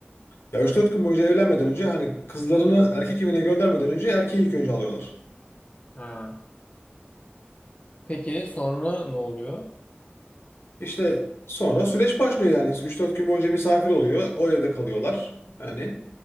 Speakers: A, on the left; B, on the left.
A: Ya üç dört gün boyunca evlenmeden önce hani kızlarını erkek evine göndermeden önce erkeği ilk önce alıyorlar.
B: Ha. Peki sonra ne oluyor?
A: İşte sonra süreç başlıyor yani. 3-4 gün boyunca misafir oluyor. O evde kalıyorlar. Yani